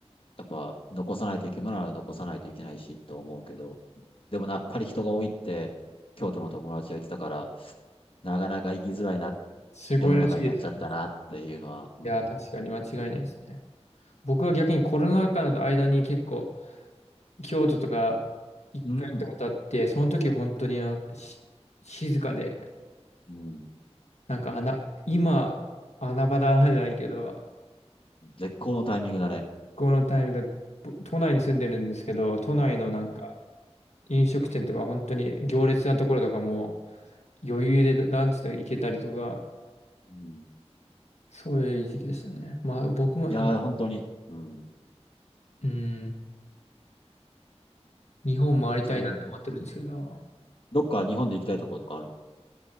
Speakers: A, on the left; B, on the left.
A: やっぱ残さないといけないなら残さないといけないしと思うけど、でもなやっぱり人が多いって、京都の友達が言ってたから、なかなか行きづらいな、
B: すごいらしいですね。
A: 世の中になっちゃったなっていうのは、うん。
B: いや、確かに間違いないですね。僕は逆にコロナ禍の間に結構、京都とか一回行ったことあって、
A: うん。
B: その時本当になんかし静かで、
A: うん。
B: なんか穴、今、穴場だなじゃないけど、
A: 絶好のタイミングだね。
B: このタイミングで、ぼ都内に住んでるんですけど、都内のなんか、
A: うん
B: 飲食店とか本当に行列なところとかも余裕でランチとか行けたりとか、
A: うん
B: そういう時期でしたね。まあ僕もい、
A: いやー、本当に。うん。
B: うん、日本回りたいなって思ってるんですけど、
A: そう。どっか日本で行きたいところとかあるの